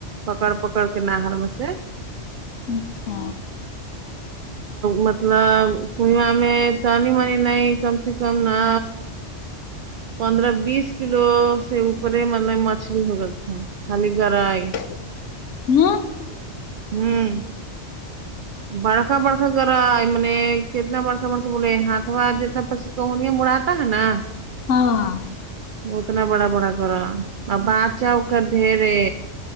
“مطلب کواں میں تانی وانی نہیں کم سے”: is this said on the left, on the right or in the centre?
Right